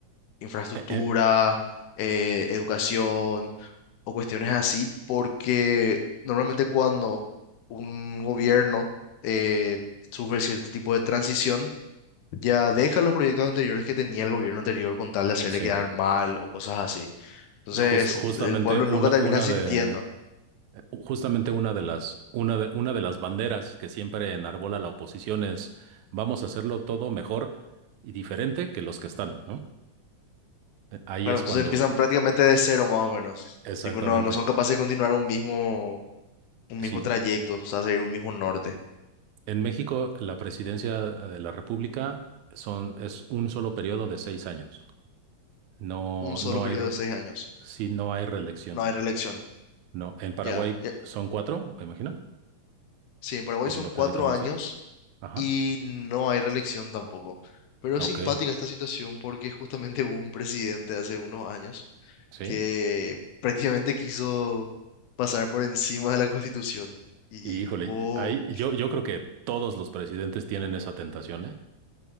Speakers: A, on the left; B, on the right.
A: infraestructura,
B: Eh, eh,
A: eh, educación o cuestiones así, porque normalmente cuando un gobierno eh, sufre cierto tipo de transición, ya deja los proyectos anteriores que tenía el gobierno anterior con tal de hacerle
B: sí.
A: quedar mal o cosas así. Entonces,
B: Jus- justamente
A: el pueblo
B: una,
A: nunca termina
B: una
A: sintiendo.
B: de, justamente una de las, una de, una de las banderas que siempre enarbola la oposición es vamos a hacerlo todo mejor y diferente que los que están, ¿no? Eh, Ahí
A: Claro,
B: es
A: entonces
B: cuando,
A: empiezan prácticamente de cero más o menos.
B: exactamente.
A: Tipo, no, no son capaces de continuar un mismo, un
B: Sí.
A: mismo trayecto, o sea, seguir un mismo norte.
B: En México, la presidencia de la República son, es un solo periodo de seis años. No,
A: Un solo
B: no
A: periodo
B: hay, re-
A: de seis años.
B: sí, no hay reelección.
A: No hay reelección.
B: No, en Paraguay
A: Ya,
B: son cuatro, me imagino,
A: Sí, en Paraguay
B: por
A: son
B: lo
A: cuatro
B: que ahorita me
A: años
B: decías. Ajá,
A: y no hay reelección tampoco. Pero
B: ok,
A: es simpática esta situación porque <laughs> justamente hubo un presidente hace unos años
B: sí.
A: que prácticamente quiso pasar por encima de la Constitución y
B: Y
A: buscó,
B: híjole, ahí, yo, yo creo que todos los presidentes tienen esa tentación, ¿eh?